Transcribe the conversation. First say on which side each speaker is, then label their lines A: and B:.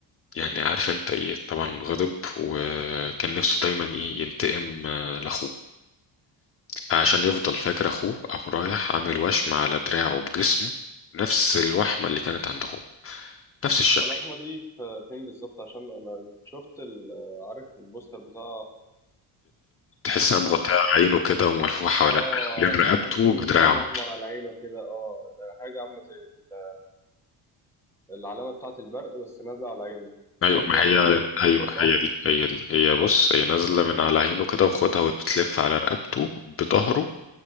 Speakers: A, on the left (about 30°); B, in the centre.
A: يعني عارف انت ايه طبعا غضب وكان نفسه دايما ايه ينتقم آه لأخوه عشان يفضل فاكر اخوه قام رايح عامل وشم على دراعه بجسمه نفس الوحمة اللي كانت عند اخوه نفس الشكل
B: واللحمة دي في- فين بالظبط عشان أنا شفت ال- عارف البوستر بتاع
A: تحسها مغطية عينه كده وملفوفة حوالين
B: اه
A: حوالين رقبته
B: تحس ان
A: بدراعه
B: سهم احمر على عينه كده اه ده حاجه عامله زي ال- العلامه بتاعه البرق بس نازله على عينه الكلام
A: ايوه ما
B: ده اللي
A: هي
B: انا شفته
A: ايوه
B: ده صح
A: هي دي هي دي هي بص هي نازلة من على عينه كده وخدها وتلف على رقبته بظهره